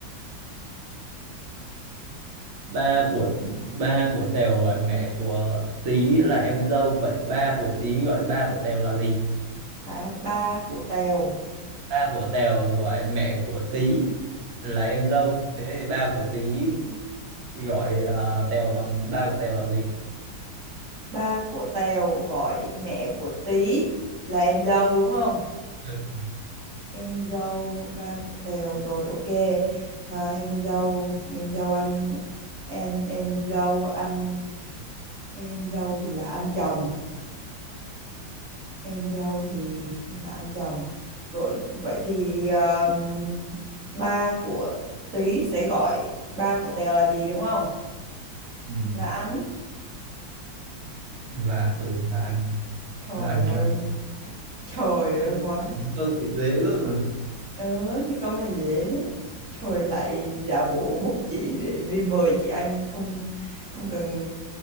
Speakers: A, on the right; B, on the right.
A: ba của ba của Tèo gọi mẹ của Tí là em dâu vậy ba của Tí gọi ba của Tèo là gì
B: Lại ba của Tèo.
A: ba của Tèo gọi mẹ của Tí là em dâu thế thì ba của Tí gọi uh, Tèo bằng ba của Tèo là gì
B: Ba của Tèo gọi mẹ của Tí là em dâu đúng không?
A: ừ.
B: Em dâu ba của Tèo rồi ok. À, em dâu em dâu anh em em dâu anh em dâu thì là anh chồng em dâu thì là anh chồng rồi vậy thì ờ, ba của Tý sẽ gọi ba của Tèo là gì đúng không
A: Ừ.
B: là anh
A: là ừ là anh
B: trời
A: là anh
B: ơi
A: trai
B: trời ơi
A: em
B: quá
A: câu thì dễ luôn mà
B: ờ thì câu này dễ trời lại giả bộ bút chị để em đi mời chị anh không không cần